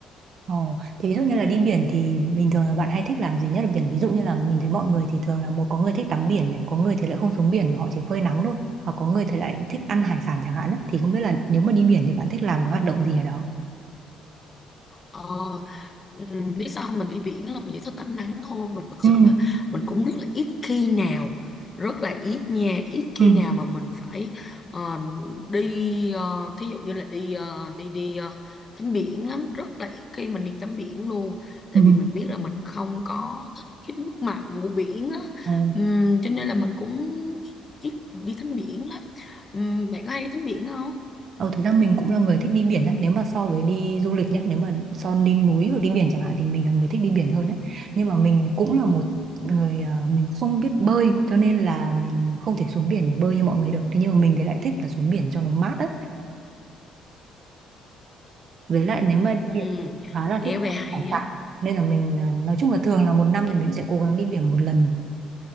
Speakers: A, on the right; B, on the left.
A: Ồ, thế ví dụ như là đi biển thì bình thường là bạn hay thích làm gì nhất ở biển? Ví dụ như là mình thấy mọi người thì thường là một có người thích tắm biển này, có người thì lại không xuống biển mà họ chỉ phơi nắng thôi, hoặc có người thì lại thích ăn hải sản chẳng hạn ấy. Thì không biết là nếu mà đi biển thì bạn thích làm cái hoạt động gì ở đó?
B: Ờ, Ừ, lý do mình đi biển là mình chỉ thích tắm nắng thôi mình thực
A: Ừ,
B: sự là mình cũng rất là ít khi nào rất là ít nha ít
A: ừ,
B: khi nào mà mình phải ờ, đi ờ, thí dụ như là đi ờ, đi đi ờ, tắm biển lắm rất là ít khi mình đi tắm biển luôn tại
A: ừ.
B: vì mình biết là mình không có thích cái nước mặn của biển á
A: Ồ.
B: Ừm, cho nên là mình cũng ít đi tắm biển lắm Ừm, bạn có hay đi tắm biển không
A: Ờ, thực ra mình cũng là người thích đi biển á. Nếu mà so với đi du lịch nhá, nếu mà so đi núi hoặc đi biển chẳng hạn thì mình là người thích đi biển hơn đấy. Nhưng mà mình cũng là một người ờ, mình không biết bơi cho nên là mình không thể xuống biển để bơi như mọi người được. Thế nhưng mà mình thì lại thích là xuống biển cho nó mát á. Với lại nếu
B: Ừm,
A: mà đi biển thì khá là
B: nghe
A: thích
B: về
A: ăn
B: hay
A: hải sản.
B: á
A: Nên là mình ờ, nói chung là thường là một năm thì mình sẽ cố gắng đi biển một lần